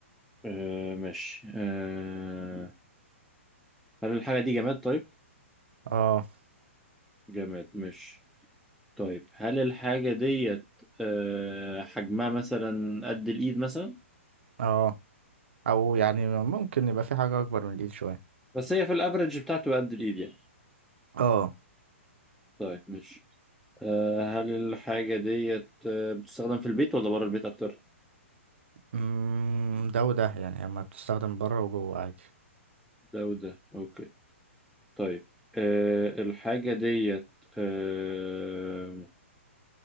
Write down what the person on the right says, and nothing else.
اه
اه او يعني ممكن يبقى في حاجة اكبر من الايد شوية
اه
أمم، ده وده يعني اما بتستخدم بره وجوه عادي